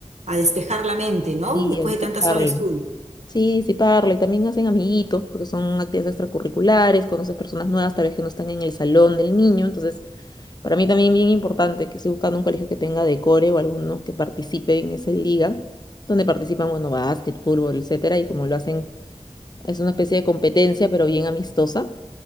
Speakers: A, on the right; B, on the left.
A: a despejar la mente, ¿no?
B: Sí,
A: Después
B: a disiparla.
A: de tantas horas de estudio.
B: Sí, disiparla. Y también hacen amiguitos porque son actividades extracurriculares, conoces personas nuevas, tal vez que no están en el salón del niño. Entonces, para mí también bien importante que estoy buscando un colegio que tenga decore o alguno que participe en esa liga, donde participan, bueno, básquet, fútbol, etcétera. Y como lo hacen Es una especie de competencia, pero bien amistosa.